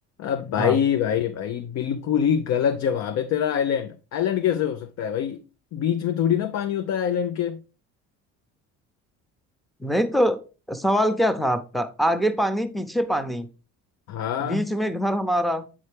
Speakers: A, on the left; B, in the centre.
A: अब भाई
B: हाँ
A: भाई भाई बिल्कुल ही गलत जवाब है तेरा आइलैंड आइलैंड कैसे हो सकता है भाई बीच में थोड़ी ना पानी होता है आइलैंड के
B: नहीं तो सवाल क्या था आपका आगे पानी पीछे पानी
A: हाँ
B: बीच में घर हमारा